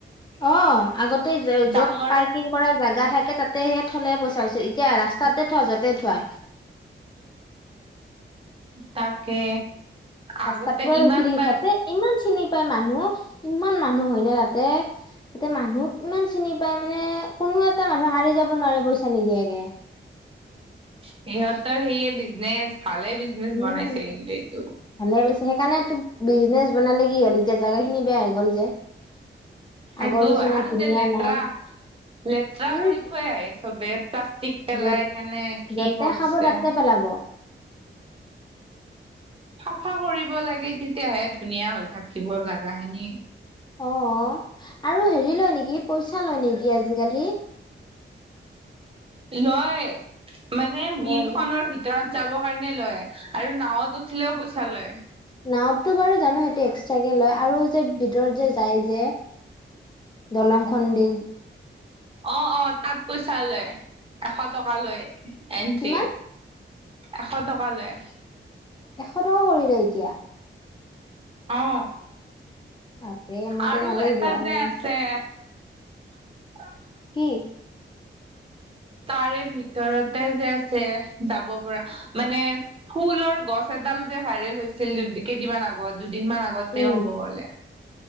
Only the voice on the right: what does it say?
ডাঙৰ
তাকে
আগতে
ইমান
বাৰ
সিহঁতৰ সেয়ে বিজনেচ ভালে বিজনেচ
বনাইছে কিন্তু এইটো
সেইটো
হয় আৰু
যে লেতেৰা
লেতেৰা
কৰি থৈ আহে চবে প্লাষ্টিক পেলাই
কেনে কি
কৰিছে
চাফা কৰিব লাগে তেতিয়াহে ধুনীয়া হৈ থাকিব জাগা খিনি
লয় মানে বিল
খনৰ
ভিতৰত যাবৰ কাৰণে লয় আৰু নাৱত উঠিলেও পইচা লয়
অ অ তাত পইচা লয় এশ টকা লয় এন্ট্ৰি
এশ টকা লয়
অ
আৰু
এটা
যে
আছে <unintelligible>
তাৰে ভিতৰতে যে আছে যাব পৰা মানে ফুলৰ গছ এডাল যে ভাইৰেল হৈছিল দু কেইদিনমান আগত দুদিনমান আগত লগতে
ক'ব গ'লে